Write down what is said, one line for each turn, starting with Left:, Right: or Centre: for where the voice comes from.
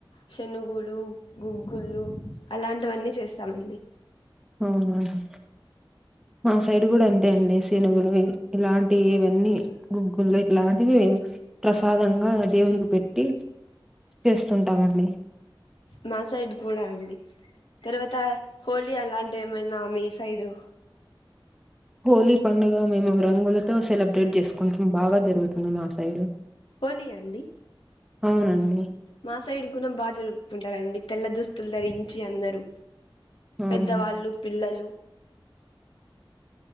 Left: శనుగులు గుగ్గుళ్ళు అలాంటివన్నీ చేస్తామండి
Centre: అవునండి మా సైడ్ కూడా అంతే అండి శనుగులు ఇలాంటి ఇవన్నీ గుగు ఫుల్ ఇట్లాంటివే ప్రసాదంగా దేవునికి పెట్టి చేస్తుంటామండి
Left: మా సైడ్ కూడా అండి తర్వాత హోలీ అలాంటివి ఏమైనా మీ సైడు
Centre: హోలీ పండుగ మేము రంగులతో సెలబ్రేట్ చేస్ కొంచెం బాగా జరుగుతుంది. మా సైడ్
Left: హోలి ఆ అండి
Centre: అవునండి
Left: మా సైడ్ గుణం బా జరుపుకుంటారండీ. తెల్ల దుస్తులు ధరించి అందరు.
Centre: అవునండి
Left: పెద్దవాళ్ళు పిల్లలు.